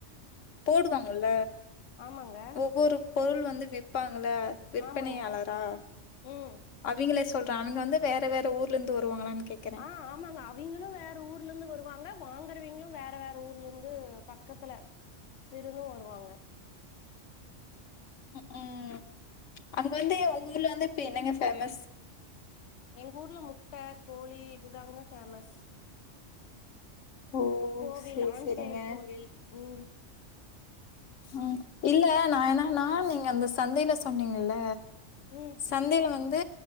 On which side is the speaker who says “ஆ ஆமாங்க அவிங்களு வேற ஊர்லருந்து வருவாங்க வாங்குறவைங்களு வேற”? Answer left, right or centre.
Left